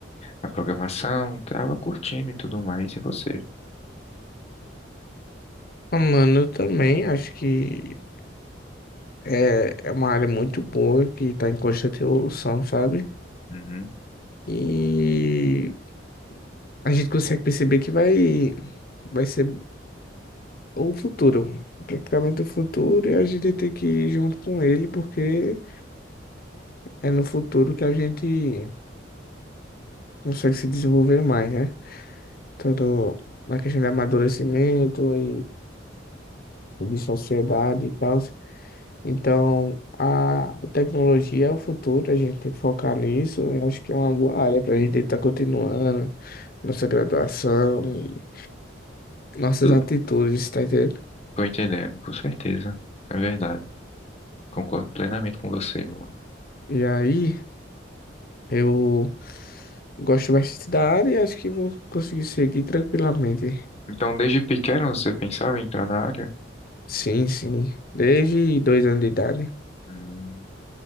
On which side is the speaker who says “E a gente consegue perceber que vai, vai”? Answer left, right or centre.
Left